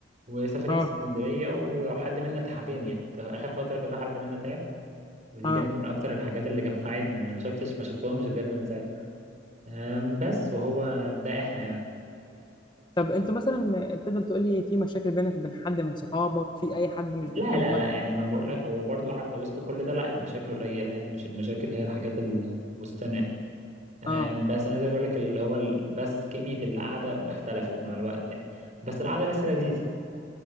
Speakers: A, on the right; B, on the left.
A: وسفرية
B: اه
A: اسكندرية ولو حد منا تعبان يعني انت اخر فترة كذا حد منا تعب ودي
B: اه
A: كانت من اكتر الحاجات اللي جمعتنا يعني ما شفتش ما شفتهمش بجد من ساعتها آم، بس وهو ده احنا يعني
B: طب انت مثلا تقدر تقول لي في مشاكل بينك وبين حد من صحابك في اي حد مش
A: لا
B: بتحبه
A: لا
B: مثلا
A: لا يعني ما بقول لك هو برضو حتى وسط كل ده لا المشاكل قليلة يعني مش المشاكل هي الحاجات اللي وسطنا يعني. آه،
B: اه
A: بس انا زي بقول لك اللي هو ال- بس كمية القعدة اختلفت مع الوقت يعني بس القعدة لسه لذيذة